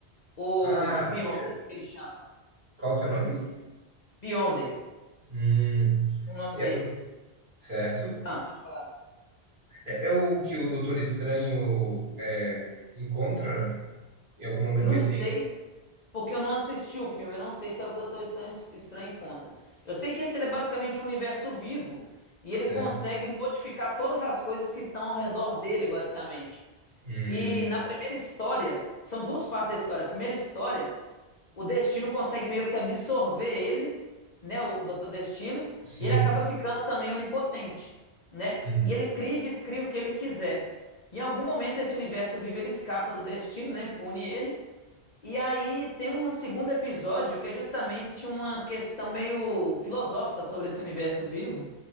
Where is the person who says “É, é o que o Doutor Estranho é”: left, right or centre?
Right